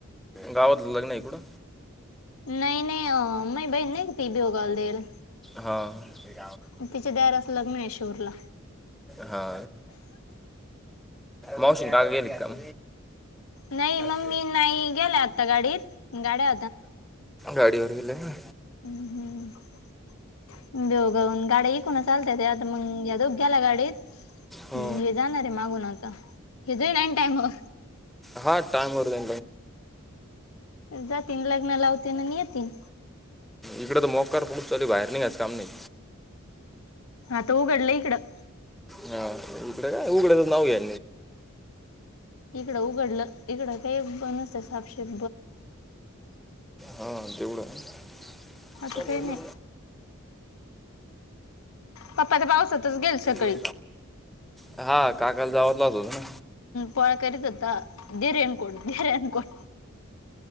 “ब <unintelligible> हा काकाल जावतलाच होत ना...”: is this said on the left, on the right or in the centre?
Centre